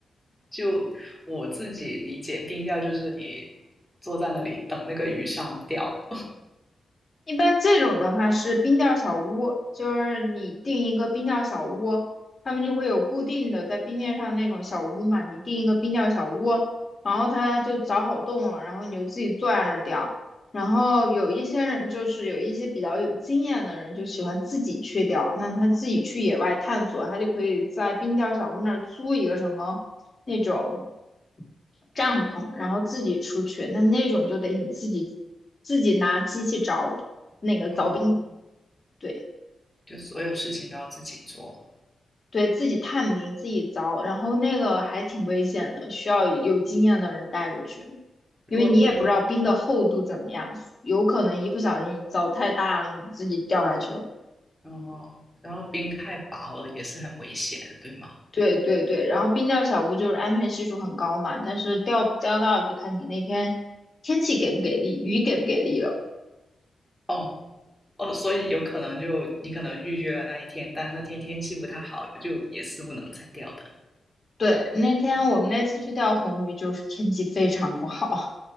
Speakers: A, in the centre; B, on the left.
A: 就我自己理解，冰钓就是你坐在那里等那个鱼上钓，
B: 一般这种的话是冰钓小屋，就是你订一个冰钓小屋，他们就会有固定的在冰面上那种小屋嘛，你订一个冰钓小屋，然后他就凿好洞了，然后你就自己坐在那儿钓。然后有一些人就是有一些比较有经验的人就喜欢自己去钓，那他自己去野外探索，他就可以在冰钓小屋那儿租一个什么那种。帐篷，然后自己出去，那那种就得你自己自己拿机器凿那个凿冰，
A: 嗯，
B: 对
A: <laughs> 就所有事情都要自己做。
B: 对，自己探冰，自己凿，然后那个还挺危险的，需要有经验的人带着去，
A: 如果冰
B: 因为你也不知道冰的厚度怎么样，有可能一不小心你凿太大了，你自己掉下去了。
A: 哦，然后冰太薄了也是很危险，对吗？
B: 对对对，然后冰钓小屋就是安全系数很高嘛，但是钓不钓到就看你那天天气给不给力，雨给不给力了。
A: 哦，哦，所以有可能就你可能预约了那一天，但那天天气不太好，就也是不能再钓的。
B: 对，那天我们那次去钓红鱼，就是天气非常不好，